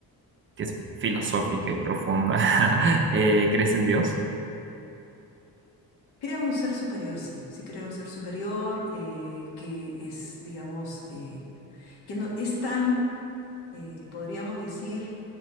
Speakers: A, on the right; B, on the left.
A: que es filosófica y profunda. <laughs> Eh, ¿crees en Dios?
B: Creo un ser superior, sí, sí creo un ser superior eh, que es, digamos, eh, que no es tan, eh, podríamos decir,